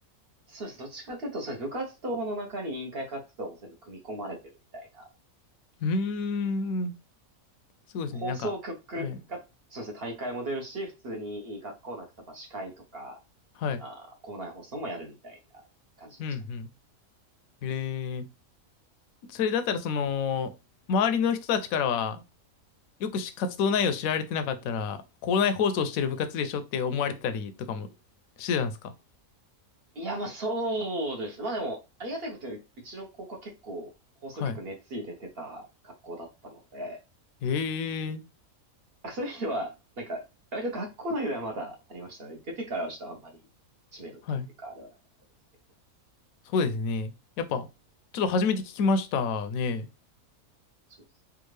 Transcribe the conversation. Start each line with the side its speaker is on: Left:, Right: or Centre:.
Right: そうです。どっちかというと、そうです部活動の中に委員会活動も全部組み込まれてるみたいな
Left: うーん。すごいですね。
Right: 放送局が、
Left: なんか、はい。
Right: そうですね、大会も出るし、普通に学校の例えば司会とか、
Left: はい。
Right: あー、校内放送もやるみたいな感じでしたね。
Left: うん、うん。えー、それだったら、その、周りの人たちからは、よくし活動内容知られてなかったら、校内放送してる部活でしょって思われてたりとかもしてたんですか
Right: いや、まあそうですね。まあでも、ありがたいことに、うちの高校は結構放送局熱入れてた学校だったので、
Left: はい。えー、
Right: あそういう意味では、なんか、割と学校内ではまだありましたね。出てからはちょっとあんまり知名度というか、
Left: はい。
Right: あれはなかったですけど。
Left: そうですね。やっぱ、ちょっと初めて聞きましたね。
Right: そうです